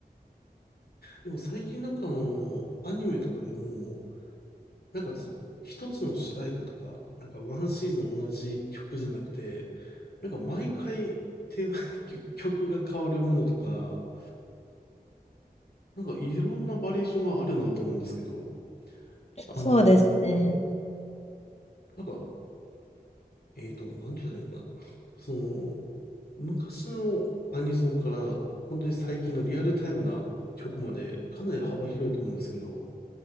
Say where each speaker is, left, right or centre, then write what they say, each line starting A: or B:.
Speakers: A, on the left; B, on the left.
A: でも最近なんかあの、アニメとかでも、なんかその、一つの主題歌とか、なんかワンシーズン同じ曲じゃなくて、なんか毎回テーマ、<laughs> 曲が変わるものとか、なんかいろんなバリエーションがあるなと思うんですけど、あの、
B: そうですね。
A: なんかえーと、なんて言ったらいいのかな。その、昔のアニソンから、本当に最近のリアルタイムな曲まで、かなり幅広いと思うんですけど、